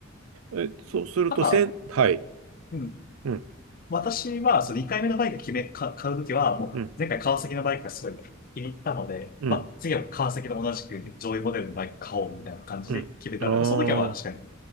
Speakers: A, on the right (about 75°); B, on the left (about 45°).
A: え、そうすると、
B: ただ、
A: せん、はい、
B: うん。
A: うん、
B: 私は、その2回目のバイク決め、か、買うときは、もう、
A: うん、
B: 前回川崎のバイクがすごい気に入ったので、
A: うん、
B: まあ、次は川崎の同じく上位モデルのバイク買おうみたいな感じで決めたので、
A: うん。ああ。
B: まあ、その時はまあ確かに、